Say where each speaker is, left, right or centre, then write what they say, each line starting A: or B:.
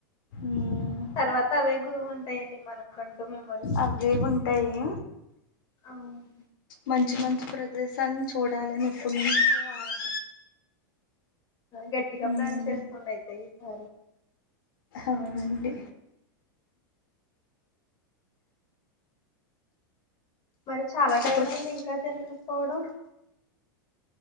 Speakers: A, on the left; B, on the left.
A: మ్మ్
B: తర్వాత అవే గురువు ఉంటాయండి మనకంటూ మెమోరీస్
A: అవే ఉంటాయి
B: అవును
A: మంచి మంచి ప్రదేశాలను చూడాలని ఎప్పటి నుంచో ఆశ
B: గట్టిగా
A: మ్మ్
B: ప్లాన్ చేసుకొండి అయితే ఈ సారి
A: అవునండి
B: మరి చాలా టైం
A: ఎక్కడికి
B: అయింది ఇంకా తినలేదు పోవడం